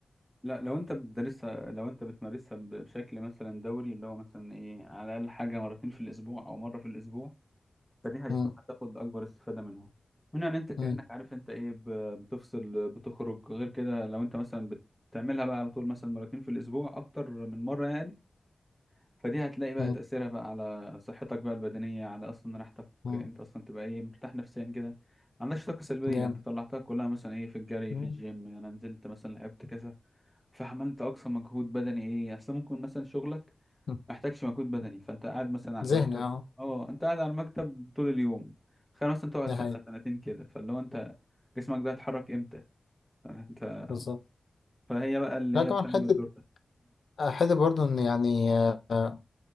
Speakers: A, in the centre; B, on the left.
A: لا لو انت بتدرسها لو انت بتمارسها ب- بشكل مثلا دوري اللي هو مثلا ايه على الاقل حاجه مرتين في الاسبوع او مره في الاسبوع فدي هيكون
B: مم.
A: هتاخد اكبر استفاده منها منها ان انت كانك
B: مم.
A: عارف انت ايه ب- بتفصل بتخرج غير كده لو انت مثلا بتعملها بقى على طول مثلا مرتين في الاسبوع اكتر من مره يعني فدي هتلاقي بقى
B: مم.
A: تاثيرها بقى على صحتك بقى البدنيه على اصلا راحتك
B: مم.
A: انت اصلا تبقى ايه مرتاح نفسيا كده ما عندكش طاقه سلبيه
B: جامد
A: انت طلعتها كلها مثلا ايه في الجري
B: مم.
A: في الجيم انا نزلت مثلا لعبت كذا فعملت اقصى مجهود بدني ايه اصل ممكن مثلا شغلك
B: مم.
A: محتاجش مجهود بدني فانت قاعد مثلا على
B: ذهني
A: المكتب
B: اه
A: اه انت قاعد على المكتب طول اليوم خلينا مثلا تقعد
B: ده
A: سنه
B: هي
A: سنتين كده فاللي هو انت جسمك ده هيتحرك امتى فانت
B: بالظبط
A: فهي بقى اللي
B: لا
A: هي
B: كمان
A: بتعمل
B: حتة
A: الدور ده
B: حتة برضه ان يعني آه،